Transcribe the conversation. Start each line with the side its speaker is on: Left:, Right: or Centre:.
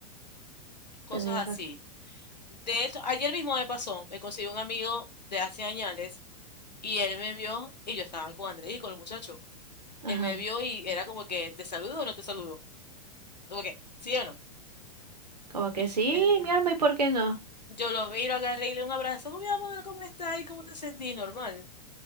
Left: cosas
Right: Tenés
Left: así.
Right: ra-
Left: De hecho, ayer mismo me pasó, me conseguí un amigo de hace años y él me vio y yo estaba con Andrés y con el muchacho.
Right: Ajá,
Left: Él me vio y era como que, ¿te saludo o no te saludo? Como que, ¿sí o no?
Right: como que
Left: <laughs>
Right: sí,
Left: Eh, eh,
Right: mi alma, ¿y por qué no?
Left: Yo lo vi, lo agarré y le di un abrazo. "Oh, Mi amor, ¿cómo estás? ¿Y cómo te sentís? Normal.